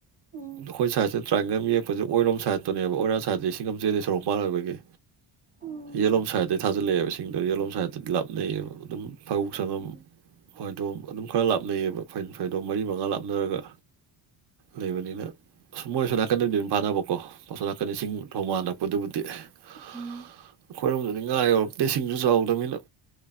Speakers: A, on the right (about 15°); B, on the right (about 55°).
A: ꯎꯝ
B: ꯑꯩꯈꯣꯏ ꯁ꯭ꯋꯥꯁꯤ ꯇ꯭ꯔꯥꯏꯟꯒꯜ ꯑꯃ ꯌꯦꯛꯄꯁꯦ ꯑꯣꯏꯔꯣꯝ ꯁꯥꯏꯠꯇꯨꯅꯦꯕ ꯑꯣꯏꯔꫭꯝ ꯁꯥꯏꯠꯇ ꯏꯁꯤꯡ ꯑꯃ ꯆꯦꯟꯂ‌ꯦ ꯁꯣꯔꯣꯛꯃꯄꯥꯟ ꯑꯣꯏꯕꯒꯤ
A: ꯎꯝ
B: ꯌꯦꯠꯂꯣꯝ ꯁꯥꯏꯠꯇꯒꯤ ꯊꯥꯖꯤꯜꯂꯛꯑꯦꯕ ꯏꯁꯤꯡꯗꯣ ꯌꯦꯠꯂꯣꯝ ꯁꯥꯏꯠꯇꯗꯤ ꯂꯥꯞꯅꯩꯑꯕ ꯑꯗꯨꯝ ꯐꯧ ꯁꯪꯉꯝ
A: ꯎꯝ
B: ꯐꯩꯗꯣꯝ ꯑꯗꯨꯝ ꯈꯔ ꯂꯥꯞꯅꯩꯌꯦꯕ ꯐꯩ ꯐꯩꯗꯣꯝ ꯃꯔꯤ ꯃꯉꯥ ꯂꯥꯞꯅꯔꯒ ꯂꯩꯕꯅꯤꯅ ꯑꯍ ꯃꯣꯏ ꯑꯁꫭꯝ ꯅꯥꯀꯟꯗꯗꯤ ꯑꯗꯨꯝ ꯐꯥꯅꯕꯀꯣ ꯑꯁꯣꯝ ꯅꯥꯀꯟꯗꯤ ꯏꯁꯤꯡ ꯈꫭꯡꯕꯥꯜꯂꯛꯄꯗꯨꯕꯨꯗꯤ ꯑꯩꯈꯣꯏꯔꯣꯝꯗꯗꯤ
A: ꯎꯝ
B: ꯉꯥ ꯌꯧꯔꯛꯇꯦ ꯏꯁꯤꯡꯁꯨ ꯆꯥꯎꯗꯕꯅꯤꯅ